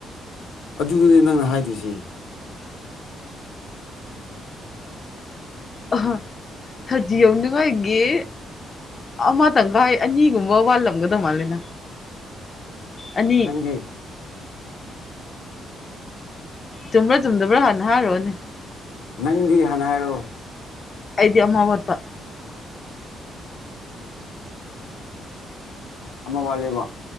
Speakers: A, on the left; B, on the left.
A: ꯑꯗꯨꯗꯨꯅꯦ ꯅꯪꯅ ꯍꯥꯏꯗꯣꯏꯁꯤ
B: ꯑꯍ ꯊ꯭ꯔꯇꯤ ꯌꯧꯅꯤꯡꯉꯥꯏꯒꯤ ꯑꯃ ꯇꯪꯈꯥꯏ ꯑꯅꯤꯒꯨꯝꯕ ꯋꯥꯠꯂꯝꯒꯗꯧ ꯃꯥꯜꯂꯦꯅ ꯑꯅꯤ
A: ꯅꯪꯗꯤ ꯎꯝ
B: ꯆꯨꯝꯕ꯭ꯔꯥ ꯆꯨꯝꯗꯕ꯭ꯔꯥ ꯍꯟꯅ ꯍꯥꯥꯔꯣꯅꯦ
A: ꯅꯪꯗꯤ ꯍꯥꯟꯅ ꯍꯥꯏꯔꯛꯑꯣ
B: ꯑꯩꯗꯤ ꯑꯃ ꯋꯥꯠꯄꯥ
A: ꯑꯃ ꯋꯥꯠꯂꯤꯕ꯭ꯔꯣ